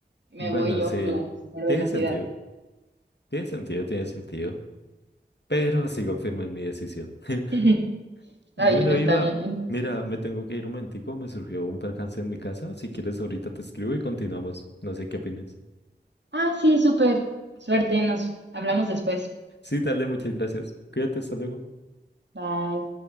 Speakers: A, on the right; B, on the left.
A: me
B: Bueno,
A: voy yo
B: sí,
A: por la super
B: tiene
A: velocidad.
B: sentido. Tiene sentido, tiene sentido. Pero sigo firme en mi decisión. <laughs>
A: <laughs> Está
B: Bueno,
A: bien, está
B: Iva,
A: bien. En-
B: mira, me tengo que ir un momentico. Me surgió un percance en mi casa. Si quieres, ahorita te escribo y continuamos. No sé qué opinas.
A: Ah, sí, súper. Suerte, nos hablamos después.
B: Sí, dale, muchas gracias. Cuídate, hasta luego.
A: Bye.